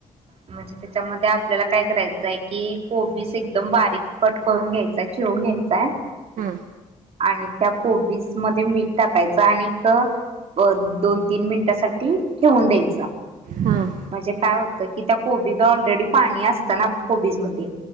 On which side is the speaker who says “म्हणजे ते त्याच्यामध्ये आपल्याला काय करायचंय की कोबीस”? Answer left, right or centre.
Right